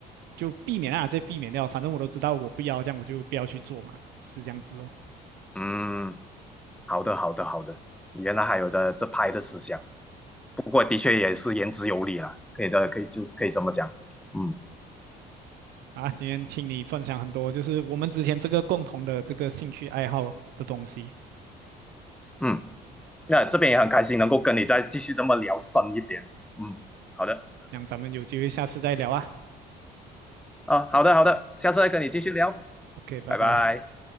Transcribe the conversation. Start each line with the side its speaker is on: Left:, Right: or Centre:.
Right: 就避免啊，这避免掉。反正我都知道我不要这样，我就不要去做嘛，是这样子哦。
Centre: 嗯，好的好的好的，原来还有这这拍的思想。不过的确也是言之有理了，可以这可以就可以这么讲，嗯
Right: 啊，今天听你分享很多，就是我们之前这个共同的这个兴趣爱好的东西，
Centre: 嗯，那这边也很开心能够跟你再继续这么聊深一点，嗯，好的
Right: 让咱们有机会下次再聊啊。
Centre: 啊，好的好的，下次再跟你继续聊，
Right: OK，拜拜。
Centre: 拜拜。